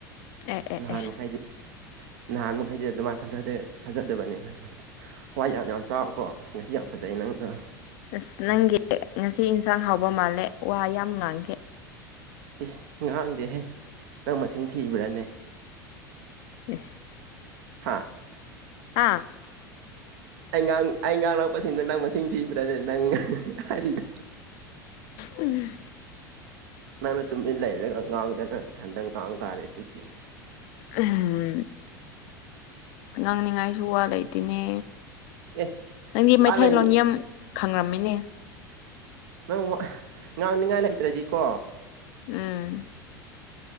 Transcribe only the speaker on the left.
ꯑꯦ ꯑꯦ
ꯑꯦ
ꯑꯁ ꯅꯪꯒꯤ ꯉꯁꯤ ꯏꯟꯁꯥꯡ ꯍꯥꯎꯕ ꯃꯥꯜꯂꯦ ꯋꯥ ꯌꯥꯝ ꯉꯥꯡꯈꯤ
ꯑꯦ
ꯑꯥ
ꯎꯝ
ꯎꯝ ꯉꯥꯡꯅꯤꯡꯉꯥꯏꯁꯨ ꯋꯥ ꯂꯩꯇꯦꯅꯦ
ꯅꯪꯗꯤ ꯃꯩꯊꯇꯩꯂꯣꯟꯣ
ꯌꯥꯝ ꯈꯪꯔꯝꯃꯤꯅꯦ
ꯎꯝ